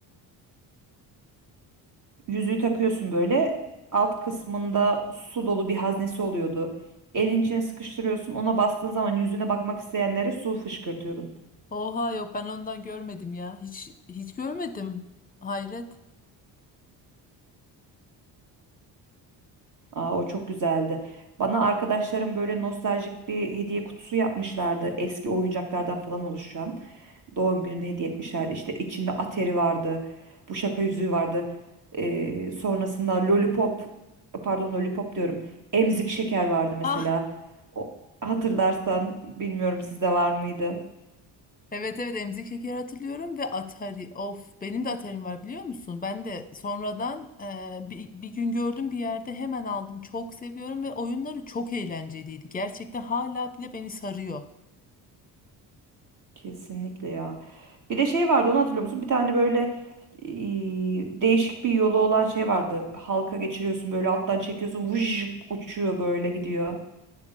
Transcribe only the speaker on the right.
Yüzüğü takıyorsun böyle. Alt kısmında su dolu bir haznesi oluyordu. Elin içine sıkıştırıyorsun. Ona bastığın zaman yüzüne bakmak isteyenlere su fışkırtıyordun.
Aa, o çok güzeldi. Bana arkadaşlarım böyle nostaljik bir hediye kutusu yapmışlardı. Eski oyuncaklardan falan oluşan. Doğum günümde hediye etmişlerdi. İşte içinde Atari vardı. Bu şaka yüzüğü vardı. Ee, sonrasında Lollipop pardon Lollipop diyorum. Emzik şeker vardı mesela.
O, hatırlarsan bilmiyorum sizde var mıydı?
Kesinlikle ya. Bir de şey vardı onu hatırlıyor musun? Bir tane böyle e, değişik bir yolu olan şey vardı. Halka geçiriyorsun böyle alttan çekiyorsun. Vuj, uçuyor böyle gidiyor.